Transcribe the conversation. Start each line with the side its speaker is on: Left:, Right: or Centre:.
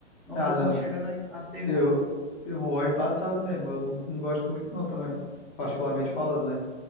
Centre: Não
Left: Ah,
Centre: sou
Left: não,
Centre: muito chegada a a terror.
Left: terror, terror é embaçado mesmo. Eu não, não gosto muito não também, particularmente falando, né?